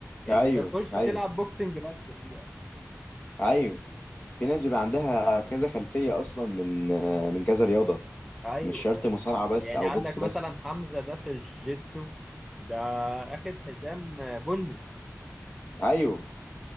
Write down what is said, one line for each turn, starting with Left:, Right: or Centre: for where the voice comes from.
Centre: يعني
Left: ايوه
Centre: مش هتخش تلعب
Left: ايوه
Centre: بوكسنج بس فيها فاهم مش
Left: ايوه في ناس بيبقى
Centre: هتلاقي.
Left: عندها كذا خلفية اصلا من آه، من كذا رياضة
Centre: ايوه
Left: مش شرط مصارعة بس
Centre: يعني
Left: او
Centre: عندك
Left: بوكس
Centre: مثلا
Left: بس
Centre: حمزه ده في الجيتسو ده اخد حزام بني
Left: ايوه